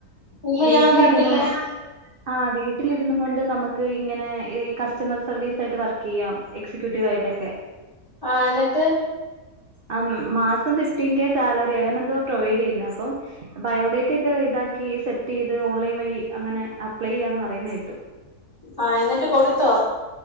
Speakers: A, on the left; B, on the right.
A: ഇല്ല
B: വീട്ടിലിരുന്നു
A: ഞാൻ കണ്ടില്ല
B: ആഹ് വീട്ടിലിരുന്നുമുണ്ട് നമുക്ക് ഇങ്ങനെ ക കസ്റ്റമർ സർവീസ് ആയിട്ട് വർക്ക് ചെയ്യാം എക്സിക്യൂട്ടീവ് ആയിട്ടൊക്കെ
A: ആഹ് എന്നിട്ട്
B: ആഹ് മാസം ഫിഫ്റ്റികെ സാലറിയാ അങ്ങനെ എന്തോ പ്രൊവൈഡ് ചെയ്യുന്നെ അപ്പൊ ബയോഡേറ്റക്കെ ഇതാക്കി സെറ്റ് ചെയ്ത് ഓൺലൈൻ വഴി അങ്ങനെ അപ്ലൈ ചെയ്യാന്ന് പറയുന്ന കേട്ടു
A: ആഹ് എന്നിട്ട് കൊടുത്തോ